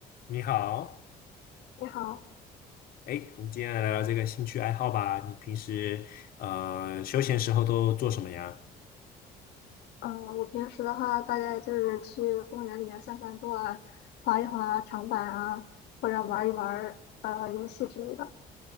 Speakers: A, on the left; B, on the left.
A: 你好，
B: 你好，
A: 哎，我们今天来聊聊这个兴趣爱好吧。你平时呃休闲时候都做什么呀？
B: 嗯，我平时的话，大概就是去公园里面散散步啊，滑一滑长板啊，或者玩一玩呃游戏之类的。